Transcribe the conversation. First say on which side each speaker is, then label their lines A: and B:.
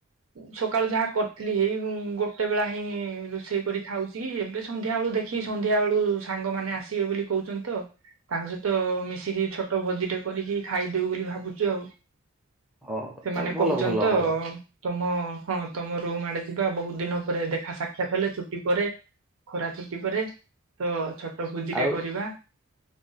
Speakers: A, on the right (about 75°); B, in the centre.
A: ସକାଳୁ ଯାହା କରିଥିଲି ଏଇ ଗୋଟେ ବେଳା ହିଁ ରୋଷେଇ କରି ଖାଉଛି ଏବେ ସନ୍ଧ୍ୟା ବେଳ ଦେଖ ଖୀ ସନ୍ଧ୍ୟା ବେଳୁ ସାଙ୍ଗମାନେ ଆସିବେ ବୋଲି କହୁଛନ୍ତି ତ। ତାଙ୍କ ସହିତ ମିଶିକି ଛୋଟ ଭୋଜିଟେ କରିକି ଖାଇଦଉ ବୋଲି ଭାବୁଛୁ ଆଉ।
B: ଓ
A: ସେମାନେ
B: ତାହେଲେ ଭଲ
A: କହୁଛନ୍ତି
B: ଭଲ
A: ତ
B: ଭଲ
A: ତମ ହଁ ତମ ରୁମ୍ ଆଡେ ଯିବା ବହୁତ ଦିନ ପରେ ଦେଖା ସାକ୍ଷାତ ହେଲେ ଛୁଟି ପରେ ଖରା ଚୁଟି ପରେ ତ ଛୋଟ ଭୋଜି
B: ଆଉ
A: ଟେ କରିବା।